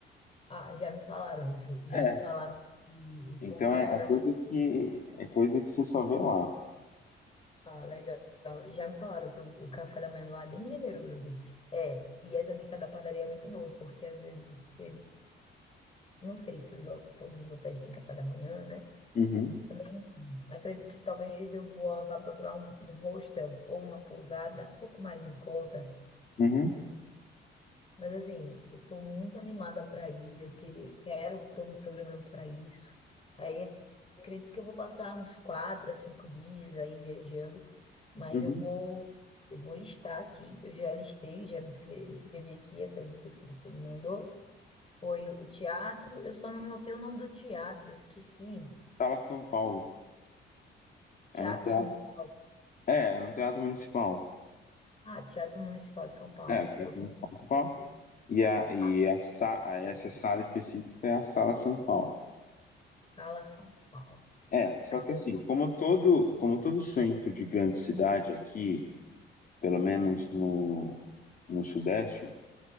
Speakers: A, on the left; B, on the left.
A: ah, já me falaram isso. Já
B: É,
A: me falaram que
B: então
A: o café
B: é, é
A: da
B: coisa
A: manhã.
B: que é coisa que você só vê lá.
A: Ah, legal. E já me falaram que o, o café da manhã lá é bem generoso, assim. É, e essa dica da padaria é muito boa, porque às vezes você, não sei se os, ho- todos os hotéis têm café da manhã, né?
B: Uhum,
A: Também acredito que talvez eu vou, vá procurar um, um hostel ou uma pousada um pouco mais em conta,
B: uhum,
A: Mas assim, eu tô muito animada para ir, eu queria, quero, tô me programando para isso. Aí acredito que eu vou passar uns quatro a cinco dias aí viajando, mas
B: uhum.
A: eu vou, eu vou listar aqui, eu já listei, já me escre- escrevi aqui essas dicas que você me mandou. Foi o teatro, eu só não notei o nome do teatro, esqueci.
B: Sala São Paulo.
A: Teatro
B: É no teatro,
A: São Paulo.
B: é, é no teatro municipal.
A: Ah, Teatro Municipal de São Paulo,
B: É, o Teatro
A: tô tomando
B: Municipal de São Paulo.
A: aqui.
B: E, a, e
A: A
B: a, sa- a-
A: Catedral,
B: essa sala específica
A: né?
B: é a Sala São Paulo.
A: Sala São Paulo.
B: É, só
A: Catedral,
B: que assim, como
A: São
B: todo, como todo centro de grande cidade aqui, pelo menos no, no Sudeste,